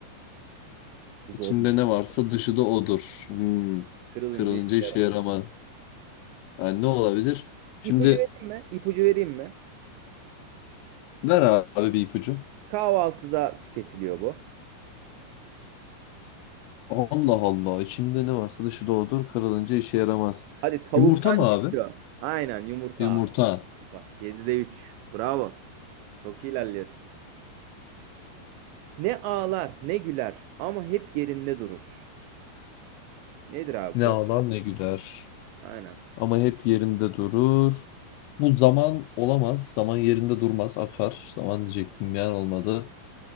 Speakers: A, on the right; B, on the left.
A: Bu zormuş.
B: İçinde ne varsa dışı da odur. Hmm.
A: Kırılınca
B: Kırılınca
A: işe
B: işe
A: yaramaz.
B: yaramaz. Yani ne olabilir? Şimdi
A: İpucu vereyim mi? İpucu vereyim mi?
B: ver abi bir ipucu.
A: Kahvaltıda tüketiliyor bu.
B: Allah Allah. İçinde ne varsa dışı da odur. Kırılınca işe yaramaz.
A: Hadi tavuktan
B: Yumurta mı abi?
A: çıkıyor. Aynen yumurta
B: Yumurta.
A: abi. Hata. 7'de üç, Bravo. Çok iyi ilerliyorsun. Ne ağlar ne güler ama hep yerinde durur. Nedir abi
B: Ne
A: bu?
B: ağlar ne güler.
A: Aynen.
B: Ama hep yerinde durur. Bu zaman olamaz. Zaman yerinde durmaz, akar. Zaman diyecektim yani olmadı.